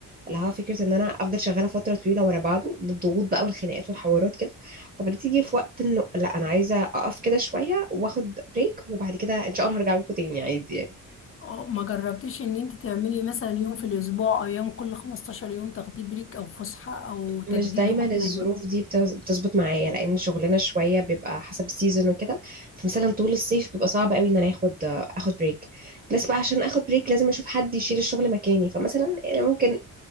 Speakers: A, on the right (about 25°); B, on the left (about 40°).
A: اللي هو فكره ان انا افضل شغاله فتره طويله ورا بعضه بالضغوط بقى والخناقات والحوارات كده فبتيجي في وقت انه لا انا عايزه اقف كده شويه واخد بريك وبعد كده ان شاء الله هرجع لكم تاني عادي يعني
B: اه ما جربتيش ان انت تعملي مثلا يوم في الاسبوع او يوم كل 15 يوم تاخدي بريك او فسحة او تجديد
A: مش دايما
B: روح
A: الظروف
B: زي ما-
A: دي بتز- بتظبط معايا لان شغلنا شويه بيبقى حسب السيزون وكده فمثلا طول الصيف بيبقى صعب قوي ان انا اخد اخد بريك بس بقى عشان اخد بريك لازم اشوف حد يشيل الشغل مكاني فمثلا يعني ممكن